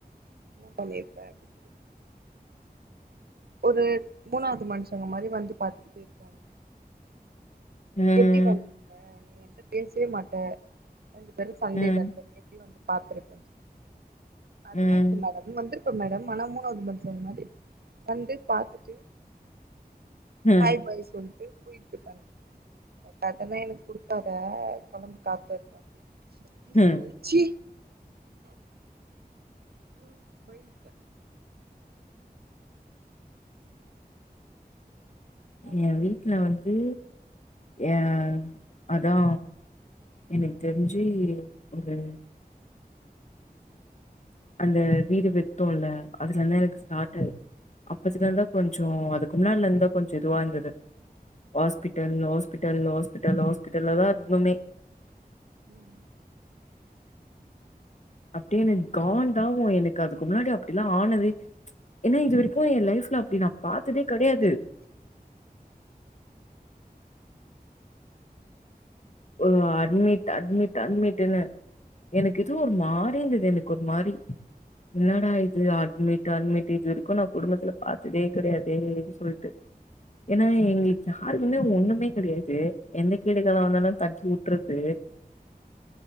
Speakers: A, on the right; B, on the left.
A: <unintelligible> ஒரு மூணாவது மனுஷங்க மாறி வந்து பாத்துட்டு போயிருக்காரு
B: ம்
A: எப்டி வந்துருப்ப நீ என்ட்ட பேசவே மாட்ட ரெண்டு பேரும் சண்டைல
B: ம்
A: இருக்கோமே ப்படியு வந்து பாத்துருப்பேன்னு சொன் அதெல்லா
B: ம்
A: இல்ல மேடம் வந்துருப்பே மேடம் ஆனா மூனாவது மனுசங்க மாறி வந்து பாத்துட்டு
B: ம்
A: ஹாய் ஃபாய் சொல்ட்டு போயிட்டு பண்ணு அதெல்லா எனக்கு குடுக்காத கெளம்பு காத்து வர்ட்டும் அப்டின் என்ன
B: ம்
A: சொல்லுது சி ம் பய்ந்துட்டே அதா
B: ஏ
A: சொல்றே
B: வீட்ல வந்து ஏ அதா எனக்கு தெரிஞ்சி ஒரு அந்த வீடு வித்தோல்ல அதுல இருந்து எனக்கு ஸ்டார்ட் ஆயி அப்பத்துல இருந்துதா கொஞ்சோ அதுக்கு முன்னாடியில இருந்தா கொஞ்ச இதுவா இருந்தது ஹாஸ்பிட்டல் ஹாஸ்பிட்டல் ஹாஸ்பிட்டல் ஹாஸ்பிட்டல்லதா இருந்தோமே
A: ம்
B: அப்டியே எனக் காண்டாவும் எனக்கு அதுக்கு முன்னாடி அப்டிலா ஆனது ஏனா இது வரைக்கு என் லைஃப்ல அப்டி நா பாத்ததே கெடையாது ஒரு அட்மிட் அட்மிட் அட்மிட்ன்னு எனக்கு எதோ ஒரு மாரி இருந்தது எனக்கு ஒரு மாரி என்னடா இது அட்மிட் அட்மிட் இது வரைக்கு நான் குடும்பத்துல பாத்ததே கடையாதே சொல்ட்டு ஏன்னா
A: ம்
B: எங்களுக்கு யாருக்குமே ஒண்ணுமே கிடையாது எந்த கேடு காலோ வந்தாலு தட்டி வுட்டுறது